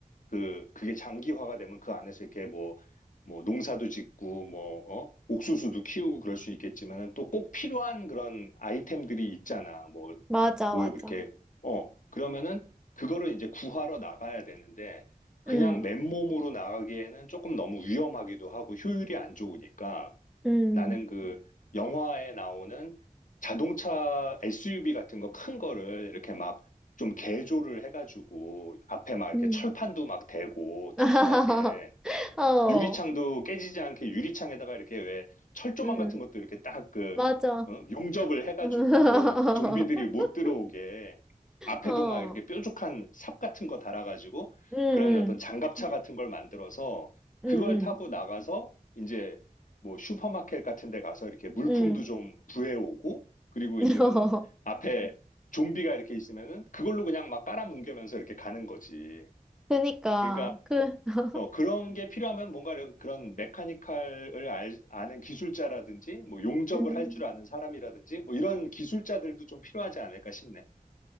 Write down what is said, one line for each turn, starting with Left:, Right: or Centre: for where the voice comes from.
Left: 그 그게 장기화가 되면 그 안에서 이렇게 뭐 뭐 농사도 짓고 뭐 어? 옥수수도 키우고 그럴 수 있겠지만은 또 꼭 필요한 그런 아이템들이 있잖아. 뭐
Centre: 맞아,
Left: 뭘
Centre: 맞아.
Left: 그렇게 어 그러면은 그거를 이제 구하러 나가야 되는데 그냥
Centre: 음,
Left: 맨몸으로 나가기에는 조금 너무 위험하기도 하고 효율이 안 좋으니까
Centre: 음,
Left: 나는 그 영화에 나오는 자동차 SUV 같은 거 큰 거를 이렇게 막 좀 개조를 해가지고 앞에 막 이렇게
Centre: 음.
Left: 철판도 막 대고
Centre: <laughs>
Left: 튼튼하게
Centre: 어,
Left: 유리창도 깨지지 않게 유리창에다가 이렇게 왜 철조망
Centre: 음.
Left: 같은 것도 이렇게 딱 그,
Centre: 맞아.
Left: 어? 용접을 해가지고
Centre: <laughs>
Left: 좀비들이 못 들어오게 앞에도
Centre: 어,
Left: 막 이렇게 뾰족한 삽 같은 거 달아가지고
Centre: 응, 응,
Left: 그런 어떤 장갑차 같은 걸 만들어서
Centre: 응,
Left: 그걸 타고 나가서 이제 뭐 슈퍼마켓 같은 데 가서 이렇게 물품도
Centre: 응, 응.
Left: 좀 구해오고 그리고
Centre: <laughs>
Left: 이제 뭐
Centre: 어,
Left: 앞에 좀비가 이렇게 있으면은 그걸로 그냥 막 깔아뭉개면서 이렇게 가는 거지.
Centre: 그니까,
Left: 그러니까
Centre: 그, <laughs>
Left: 어, 그런 게 필요하면 뭔가 이런- 그런 메카니컬을 알, 아는 기술자라든지, 뭐 용접을
Centre: 음,
Left: 할 줄 아는 사람이라든지, 뭐 이런 기술자들도 좀 필요하지 않을까 싶네.